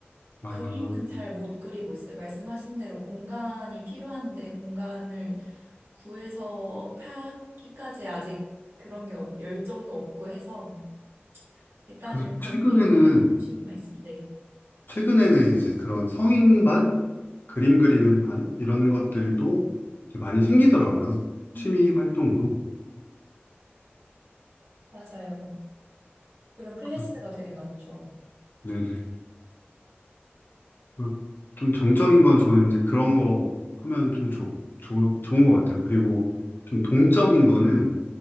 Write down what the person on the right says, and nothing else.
그림은 잘 못 그리고 있어요. 말씀하신 대로 공간이 필요한데 공간을 구해서 하기까지 아직 그런 게 없- 열정도 없고 해서 일단은
전시
보러 다니는 취미만 있습니다. 네.
음,
맞아요. 그런 클래스가
되게 많죠.